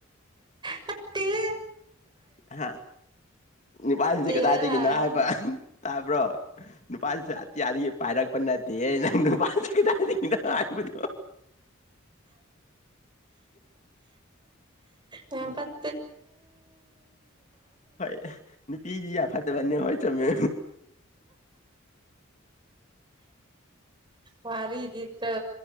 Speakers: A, on the right; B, on the left.
A: ꯄꯛꯇꯦꯍꯦ
B: ꯍꯥ ꯅꯨꯄꯥꯁꯤꯡꯁꯦ
A: ꯇꯦꯔꯥ
B: ꯀꯗꯥꯏꯗꯒꯤꯅꯣ ꯍꯥꯏꯕ ꯇꯥꯕ꯭ꯔꯣ ꯅꯨꯄꯥꯁꯤꯡꯁꯦ ꯑꯇꯤꯌꯥꯗꯒꯤ ꯄꯥꯏꯔꯛꯄ ꯅꯠꯇꯤꯌꯦ ꯅꯨꯄꯥꯁꯤ ꯀꯗꯥꯏꯗꯒꯤꯅꯣ ꯍꯥꯏꯕꯗꯣ
A: ꯌꯥꯝ ꯄꯠ
B: ꯍꯣꯏ ꯅꯨꯄꯤꯗꯤ ꯌꯥꯝ ꯐꯠ ꯇꯕꯅꯦ ꯍꯣꯏ ꯆꯨꯝꯃꯦ
A: ꯋꯥꯔꯤꯗꯤꯀꯣ